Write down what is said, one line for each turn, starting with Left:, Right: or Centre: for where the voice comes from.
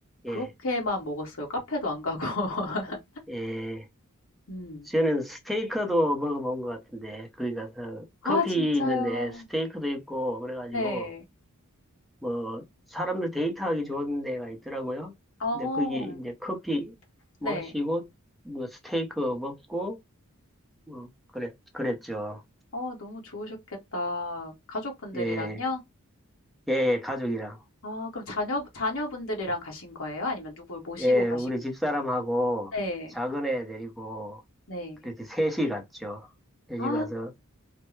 Left: 그렇게만
Centre: 예,
Left: 먹었어요. 카페도 안 가고. <laughs>
Centre: 예.
Left: 음.
Centre: 저는 스테이크도 먹어본 것 같은데, 거기 가서
Left: 아,
Centre: 커피
Left: 진짜요.
Centre: 있는데 스테이크도 있고, 그래가지고,
Left: 네.
Centre: 뭐 사람들 데이트하기 좋은 데가 있더라고요.
Left: 어.
Centre: 근데 거기 이제 커피 마시고
Left: 네.
Centre: 뭐 스테이크 먹고 뭐 그랬 그랬죠.
Left: 어 너무 좋으셨겠다. 가족분들이랑요?
Centre: 예, 예, 예, 가족이랑
Left: 아 그럼 자녀 자녀분들이랑 가신 거예요? 아니면 누굴 모시고
Centre: 예,
Left: 가신
Centre: 우리 집사람하고
Left: 네.
Centre: 작은 애 데리고
Left: 네.
Centre: 그렇게 셋이 갔죠. 셋이
Left: 아.
Centre: 가서